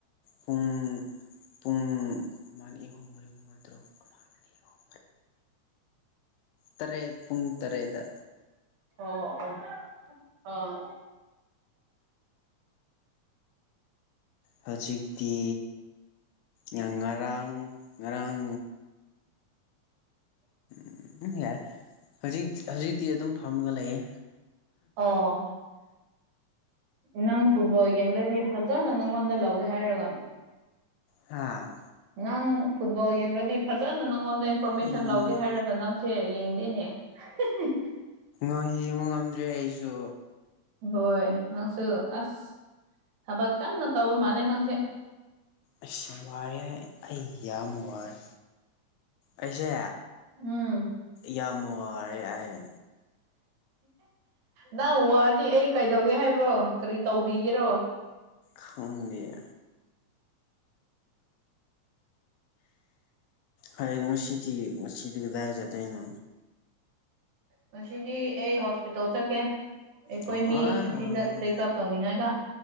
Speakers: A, on the left; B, on the right.
A: ꯄꯨꯡ ꯄꯨꯡ ꯃꯥꯅꯤ ꯑꯍꯨꯝ ꯃꯔꯤ ꯃꯨꯇꯔꯨꯛ ꯑꯃ ꯑꯅꯤ ꯑꯨꯝ ꯇꯔꯦꯠ ꯄꯨꯡ ꯇꯔꯦꯠꯗ
B: ꯑꯣ ꯑꯣ ꯑꯣ꯫
A: ꯍꯧꯖꯤꯛꯇꯤ ꯉꯔꯥꯡ ꯉꯔꯥꯡ ꯎꯝ ꯎꯝ ꯌꯥꯏ ꯍꯧꯖꯤ ꯍꯧꯖꯤꯛꯇꯤ ꯑꯗꯨꯝ ꯐꯝꯃꯒ ꯂꯩꯌꯦ
B: ꯑꯣ ꯅꯪ ꯐꯨꯠꯕꯣꯜ ꯌꯦꯡꯗꯗꯤ ꯐꯖꯅ ꯅꯪꯉꯣꯟꯗ ꯂꯧꯒꯦ ꯍꯥꯏꯔꯒ
A: ꯍꯥꯥ
B: ꯅꯪ ꯐꯨꯠꯕꯣꯜ ꯌꯦꯡꯔꯗꯤ ꯐꯖꯅ ꯅꯪꯉꯣꯟꯗ ꯑꯩ ꯐꯔꯣꯃꯦꯁꯟ
A: ꯎꯝ
B: ꯂꯧꯒꯦ ꯍꯥꯏꯔꯒ ꯅꯪꯁꯦ ꯌꯦꯡꯗꯦꯅꯦ ꯍꯦꯍꯦ꯫
A: ꯥ ꯌꯦꯡꯕ ꯉꯝꯗ꯭ꯔꯦ ꯑꯩꯁꯨ
B: ꯍꯣꯏ ꯅꯪꯁꯨ ꯑꯁ ꯊꯕꯛ ꯀꯟꯅ ꯇꯧꯋ ꯃꯥꯜꯂꯦ ꯅꯪꯁꯦ
A: ꯑꯩꯁ ꯌꯥꯝ ꯋꯥꯔꯦ ꯑꯩ ꯌꯥꯝ ꯋꯥꯔꯦ ꯑꯩꯁꯦ
B: ꯎꯝ
A: ꯌꯥꯝ ꯋꯥꯔꯦ ꯍꯥꯏꯦ
B: ꯅꯪ ꯋꯥꯔꯗꯤ ꯑꯩ ꯀꯩꯗꯧꯒꯦ ꯍꯥꯏꯕ꯭ꯔꯣ ꯀꯔꯤ ꯇꯧꯕꯤꯒꯦꯔꯣ
A: ꯈꯪꯗꯤꯌꯦ꯫ ꯍꯅ ꯁꯤꯇ ꯁꯇꯒꯗꯔ ꯇꯣꯏꯅ
B: ꯉꯁꯤꯗꯤ ꯑꯩ ꯍꯣꯁꯄꯤꯇꯥꯜ ꯆꯠꯀꯦ ꯑꯩꯈꯣꯏ
A: ꯑꯣ
B: ꯃꯤ ꯑꯁꯤꯗ ꯆꯦꯛꯑꯞ ꯇꯧꯅꯤꯡꯉꯥꯏꯒ꯫